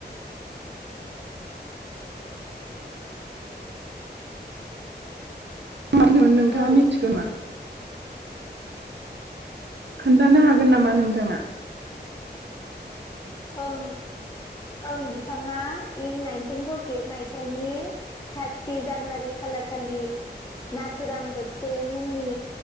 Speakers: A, on the right; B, on the left.
A: <unintelligible> नोंथाङा
B: औ
A: मिथिगो मा? खोन्थानो हागोन नामा नोंथाङा?
B: ओं ओं बिथाङा इं नाइनटिन फरटि ओइट मायथाइनि थारटि जानुवारि खालारखालि नाथुराम गडसे मुंनि